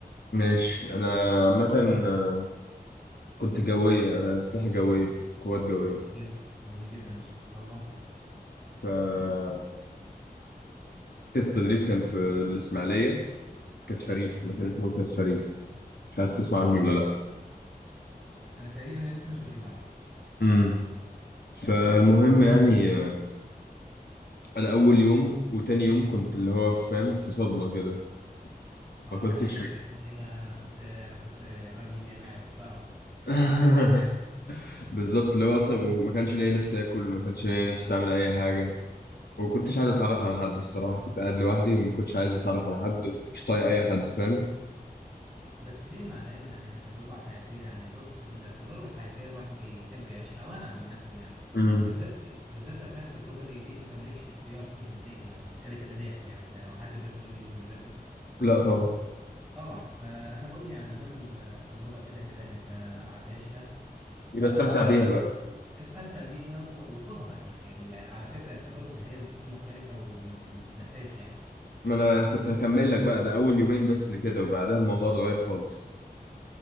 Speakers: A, on the left (about 75°); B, in the centre.
A: ماشي انا عامه آه، كنت جويه انا اسلحه جويه قوات جويه
B: جميل جدا جميل جدا ما شاء الله
A: فمركز تدريب كان في الاسماعيليه كاس فريد
B: جميل
A: مكان اسمه كاس فريد مش عارف تسمع
B: جميل
A: عنه ولا لا
B: أنا تقريبا الاسم مش غريب عليا
A: امم فالمهم يعني آه، انا اول يوم وتاني يوم كنت اللي هو فاهم في صدمه كده
B: أه
A: ما كنتش
B: أنا إيه اللي جابني هنا أنا كنت أنا كنت راجل جامعي محترم <laughs>
A: <laughs>
B: أنا عارف
A: بالظبط اللي هو اصلا ما كانش ليا نفسي اكل ما كانش ليا نفسي اعمل اي حاجه وما كنتش عايز اتعرف على حد الصراحه كنت قاعد لوحدي وما كنتش عايز اتعرف على حد مش طايق اي حد فاهم
B: بس ليه مع العلم يعني هي تجربة حياتية يعني بص التجارب الحياتية الواحد بيحب يعيش أو أنا عن نفسي يعني
A: امم
B: بالذات بالذات لو كانت تجربة زي دي أنت مالكش اختيار فيها نهائي يعني أنت كده كده داخل يعني أنت هو حد بيدخل الجيش بمزاجه
A: لا طبعا
B: طبعا فأنا بقول يعني ما دام ال- التجربة كده كده أنت هتعيشها
A: يبقى
B: فخلاص
A: استمتع بيها بقى
B: استمتع بيها و- وخدها يعني ال- على فكرة التجارب ده هي بتكون مختلفة وما بتتنساش يعني
A: ما انا كنت هكمل لك بقى ده اول يومين بس اللي كده وبعدها الموضوع اتغير خالص